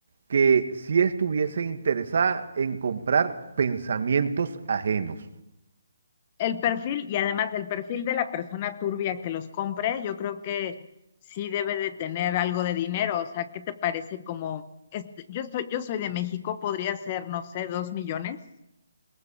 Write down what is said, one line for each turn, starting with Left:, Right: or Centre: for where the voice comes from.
Right: que si estuviese interesada en comprar pensamientos ajenos.
Left: El perfil y además el perfil de la persona turbia que los compre, yo creo que sí debe de tener algo de dinero. O sea, ¿qué te parece como, este, yo estoy, yo soy de México, podría ser, no sé, dos millones?